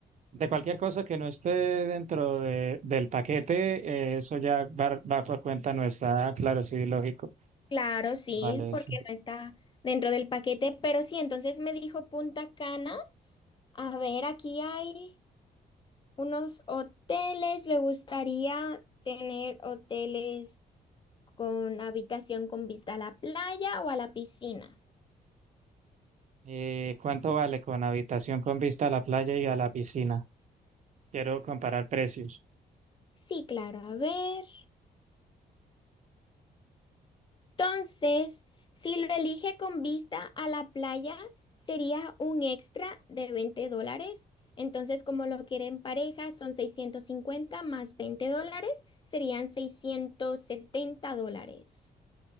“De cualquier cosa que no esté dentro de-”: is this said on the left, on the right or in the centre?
Right